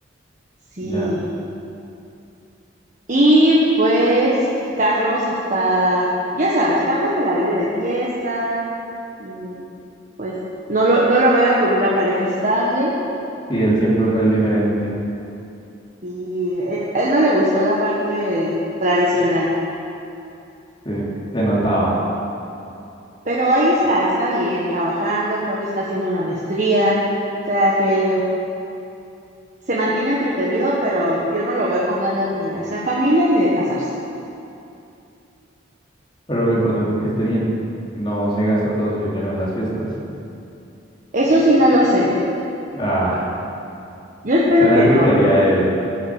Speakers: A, on the right; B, on the left.
A: Sí.
B: ya.
A: Y pues Carlos está, ya sabes, Carlos se la vive de fiesta. mm, Pues no lo, no lo veo con una pareja estable
B: Sí, él siempre fue el diferente.
A: y él, él no le gustó la parte tradicional.
B: Sí, se notaba.
A: Pero ahí está, está bien, trabajando, creo que está haciendo una maestría, o sea, se, se mantiene entretenido, pero yo no lo veo con ganas ni de hacer familia ni de casarse.
B: Pero lo importante es que esté bien. No se gasta todo su dinero en las fiestas.
A: Eso sí, no lo sé.
B: Ah,
A: Yo espero
B: suena
A: que
B: algo
A: no.
B: que haría él.